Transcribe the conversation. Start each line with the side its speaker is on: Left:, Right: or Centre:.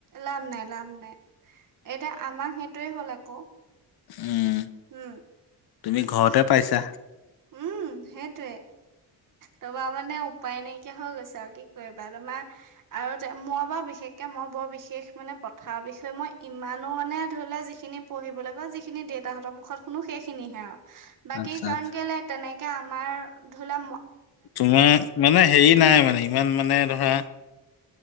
Right: লাভ নাই লাভ নাই এতিয়া আমাৰ সেইটোয়ে হ'ল আকৌ
Left: উম
Right: উম
Left: তুমি ঘৰতে পাইছা
Right: উম সেইটোৱে তোমাৰ মানে উপায় নাইকিয়া হৈ গৈছে আৰু কি কৰিবা তোমাৰ আৰু মই বাৰু বিশেষকে মই বৰ বিশেষ মানে পথাৰ বিষয়ে মই ইমানো মানে ধৰি ললে যিখিনি পঢ়িবলৈ বা যিখিনি দেউতাহঁতৰ মুখত শুনো সেইখিনিহে আৰু বাকী
Left: আচ্ছা
Right: কাৰণ
Left: আচ্ছা
Right: কেলে তেনেকে আমাৰ ধৰিলা
Left: তোমাৰ মানে হেৰি নাই মানে ইমান মানে পৰা